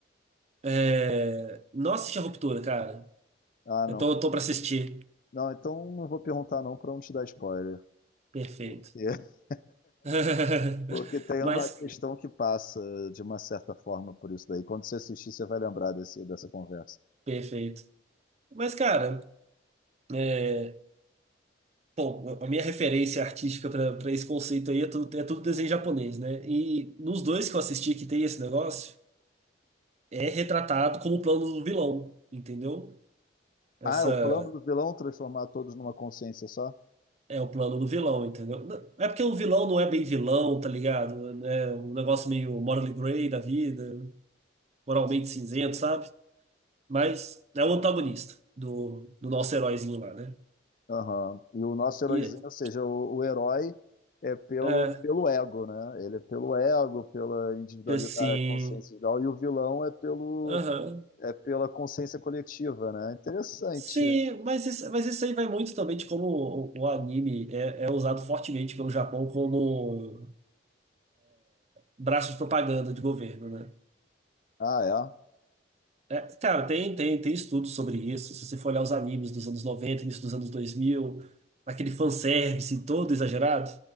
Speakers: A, on the right; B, on the left.
A: É... Nossa, assisti a Ruptura, cara.
B: Ah,
A: Eu
B: não.
A: tô, eu tô pra assistir.
B: Não, então não vou perguntar não para não te dar spoiler.
A: Perfeito.
B: Porque, <laughs>
A: <laughs>
B: porque tem
A: Mas,
B: uma questão que passa de uma certa forma por isso daí. Quando você assistir, você vai lembrar desse, dessa conversa.
A: perfeito. Mas, cara, é... Bom, a minha referência artística pra pra esse conceito aí é tudo, é tudo desenho japonês, né? E nos dois que eu assisti que tem esse negócio, é retratado como o plano do vilão, entendeu? Essa
B: Ah, é o plano do vilão transformar todos numa consciência só?
A: é o plano do vilão, entendeu? Não- É porque o vilão não é bem vilão, tá ligado? É um negócio meio morally gray da vida, moralmente cinzento, sabe? Mas é o antagonista do, do nosso heróizinho lá, né?
B: Aham. E o nosso heróizinho,
A: E
B: ou seja, o, o herói é pelo,
A: é,
B: pelo ego, né? Ele é pelo ego, pela individualidade,
A: assim.
B: consciência individual, e o vilão é pelo
A: Aham.
B: é pela consciência coletiva, né? Interessante.
A: Sim, mas isso, mas isso aí vai muito também de como o, o anime é, é usado fortemente pelo Japão como braço de propaganda de governo, né?
B: Ah, é?
A: É, cara, tem, tem, tem estudos sobre isso. Se você for olhar os animes dos anos 90, início dos anos 2000, aquele fanservice todo exagerado,